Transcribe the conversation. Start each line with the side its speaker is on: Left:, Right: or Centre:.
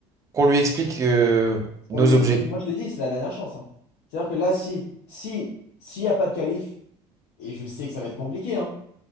Right: qu'on lui explique euh, nos
Left: on lui explique,
Right: objectifs.
Left: moi je te dis, c'est la dernière chance. hein. C'est-à-dire que là, si, si, s'il n'y a pas de qualif, et je sais que ça va être compliqué, hein.